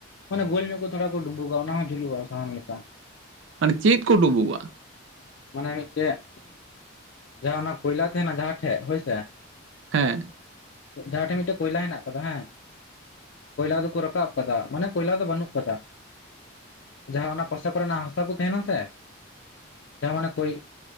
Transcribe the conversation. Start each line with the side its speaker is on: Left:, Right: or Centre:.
Left: ᱢᱟᱱᱮ ᱜᱳᱞ ᱧᱚᱜ ᱠᱚ ᱛᱷᱚᱲᱟ ᱠᱚ ᱰᱩᱸᱵᱩᱜᱼᱟ ᱚᱱᱟ ᱦᱚᱸ ᱡᱩᱞᱩᱜᱼᱟ ᱥᱟᱦᱟᱱ ᱞᱮᱠᱟ᱾
Right: ᱢᱟᱱᱮ ᱪᱮᱫ ᱠᱚ ᱰᱳᱵᱳᱜᱼᱟ?
Left: ᱢᱟᱱᱮ ᱢᱤᱫᱴᱮᱜ ᱡᱟᱦᱟᱸ ᱚᱱᱟ ᱠᱚᱭᱞᱟ ᱛᱟᱦᱮᱱᱟ ᱡᱟᱦᱟᱸ ᱴᱷᱮᱜ ᱦᱳᱭᱥᱮ
Right: ᱦᱮᱸ
Left: ᱡᱟᱦᱟᱸᱴᱷᱮᱜ ᱢᱤᱫᱴᱮᱜ ᱠᱚᱭᱞᱟ ᱦᱮᱱᱟᱜ ᱠᱟᱫᱟ ᱦᱮᱸ ᱠᱚᱭᱞᱟ ᱫᱚᱠᱚ ᱨᱟᱠᱟᱵ ᱠᱟᱫᱟ ᱢᱟᱱᱮ ᱠᱚᱭᱞᱟ ᱫᱚ ᱵᱟᱹᱱᱩᱜ ᱠᱟᱫᱟ ᱡᱟᱦᱟᱸ ᱚᱱᱟ ᱯᱚᱥᱮ ᱠᱚᱨᱮᱱᱟᱜ ᱦᱟᱥᱟ ᱠᱩ ᱛᱟᱦᱮᱱᱟ ᱥᱮ ᱡᱟᱦᱟᱸ ᱢᱟᱱᱮ ᱠᱚᱭ